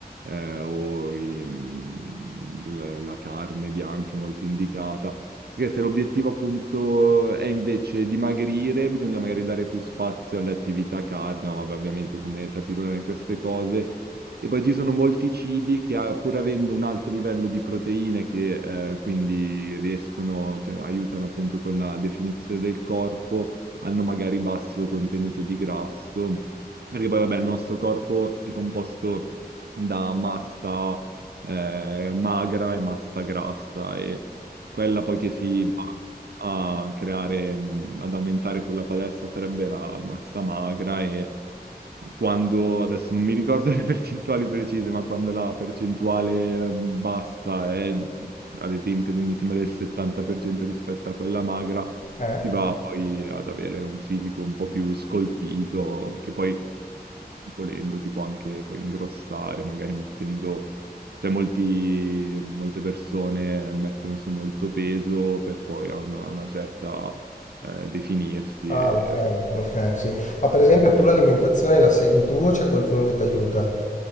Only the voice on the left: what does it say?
Eh?
Ah,
ok, ok, sì. Ma per esempio tu l'alimentazione la segui tu o c'è qualcuno che ti aiuta?